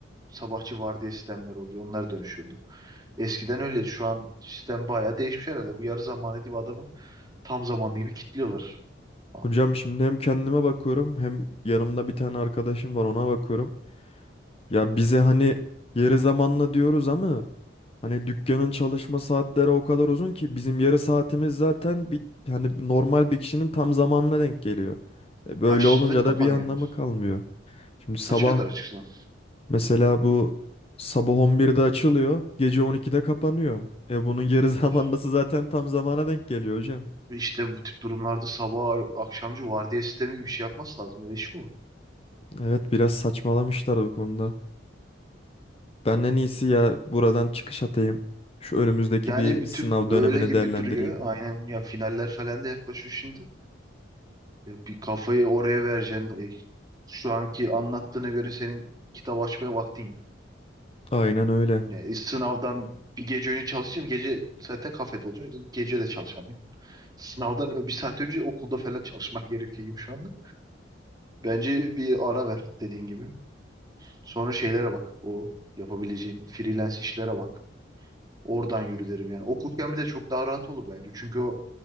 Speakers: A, on the right (about 20°); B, on the left (about 30°).
A: sabahçı vardiya sistemleri oluyor. Onlar dönüşüyordu. Eskiden öyleydi. Şu an sistem bayağı değişmiş herhalde. Bu yarı zamanlı diye adamı Tam zamanlı gibi kilitliyorlar. Ha.
B: hocam şimdi hem kendime bakıyorum hem yanımda bir tane arkadaşım var ona bakıyorum. Ya bize hani yarı zamanlı diyoruz ama hani dükkanın çalışma saatleri o kadar uzun ki bizim yarı saatimiz zaten bir hani normal bir kişinin tam zamanına denk geliyor. E, Böyle
A: Kaçta
B: olunca
A: kapanıyor?
B: da bir anlamı kalmıyor. Şimdi sabah
A: Kaça kadar açıksın?
B: Mesela bu sabah on birde açılıyor, gece 12'de kapanıyor. E bunun geri <laughs> zamanlısı
A: Oh.
B: zaten tam zamana denk geliyor hocam.
A: İşte bu tip durumlarda sabah akşamcı vardiya sistemi gibi bir şey yapması lazım. Öyle iş mi olur?
B: Evet biraz saçmalamışlar bu konuda. Ben en iyisi ya buradan çıkış atayım. Şu önümüzdeki
A: Yani
B: bir
A: bir
B: sınav
A: tüp öyle
B: dönemini
A: gibi
B: değerlendireyim.
A: duruyor. Aynen ya finaller falan da yaklaşıyor şimdi. Ya bir kafayı oraya vereceksin. E, Şu anki anlattığına göre senin kitap açmaya vaktin.
B: Aynen öyle.
A: Yani sınavdan bir gece önce çalışacağım. Gece zaten kafede olacağım. O yüzden Gece de çalışamıyorum. Sınavdan bir saat önce okulda falan çalışman <laughs> gerekiyor gibi şu anda. Bence bir ara ver dediğin gibi. Sonra şeylere bak. O yapabileceğin freelance işlere bak. Oradan yürü derim yani. Okurken bir de çok daha rahat olur bence. Çünkü o